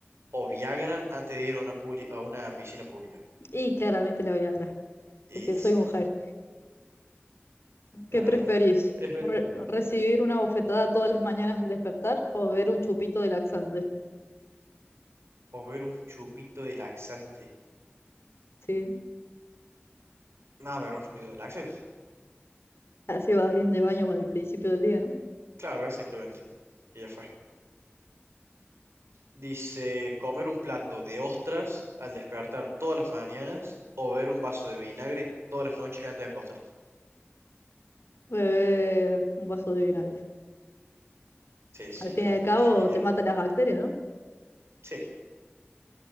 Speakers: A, on the right (about 85°); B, on the left (about 75°).
A: o Viagra antes de ir a una, publi- a una piscina pública.
B: Y claramente la Viagra,
A: Y
B: porque soy
A: sí,
B: mujer. ¿Qué
A: es
B: preferís?
A: verdad. Es verdad.
B: Re- ¿recibir una bofetada todas las mañanas al despertar o beber un chupito de laxante?
A: O ver un chupito de laxante.
B: Sí,
A: No, ver un chupito de laxante.
B: así vas bien de baño al principio del día, ¿no?
A: Claro, exactamente. Y ya fue. Dice, comer un plato de ostras al despertar todas las mañanas o beber un vaso de vinagre todas las noches antes de acostarte.
B: Beber un vaso de vinagre.
A: Sí, sí,
B: Al fin
A: yo también,
B: y al cabo
A: definitivamente.
B: te mata las bacterias, ¿no?
A: Sí,